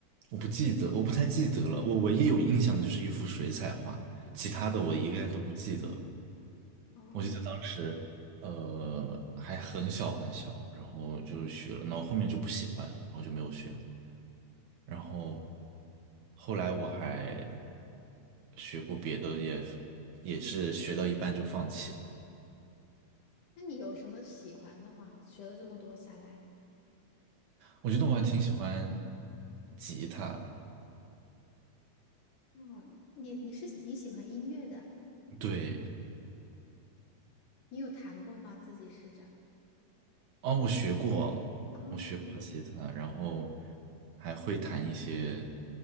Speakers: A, on the right; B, on the left.
A: 我不记得，我不太记得了。我唯一有印象的就是一幅水彩画，其他的我一概都不记得了。
B: 哦，
A: 我记得当时，呃，还很小很小，然后就学了，然后后面就不喜欢了，然后就没有学了。然后后来我还学过别的也，也是学到一半就放弃了。
B: 那你有什么喜欢的吗？学了这么多下来，
A: 我觉得我还挺喜欢吉他，
B: 哦，你你是你喜欢音乐的啊
A: 对，
B: 你有弹过吗？自己试着。
A: 哦，我学过，
B: 啊？
A: 我学过吉他，然后还会弹一些